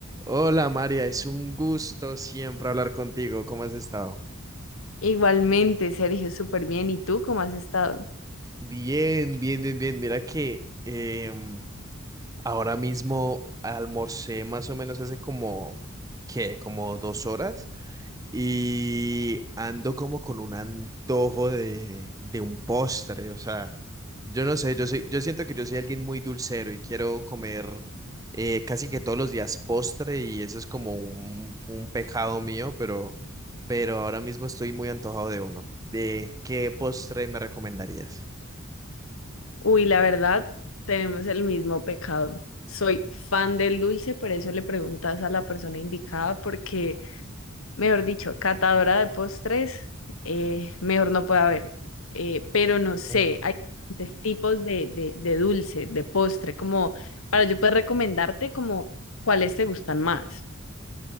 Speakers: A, on the right; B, on the left.
A: Hola María, es un gusto siempre hablar contigo. ¿Cómo has estado?
B: Igualmente, Sergio, súper bien. ¿Y tú cómo has estado?
A: Bien, bien, bien, bien. Mira que em, ahora mismo almorcé más o menos hace como, ¿qué? Como dos horas y ando como con un antojo de, de un postre, o sea, yo no sé, yo soy, yo siento que yo soy alguien muy dulcero y quiero comer eh, casi que todos los días postre y eso es como un, un pecado mío, pero, pero ahora mismo estoy muy antojado de uno. ¿De qué postre me recomendarías?
B: Uy, la verdad, tenemos el mismo pecado. Soy fan del dulce, por eso le preguntas a la persona indicada, porque, mejor dicho, catadora de postres, eh, mejor no puede haber. Eh, pero no sé,
A: Mm.
B: hay diferentes tipos de, de, de dulce, de postre, como para yo poder recomendarte como cuáles te gustan más.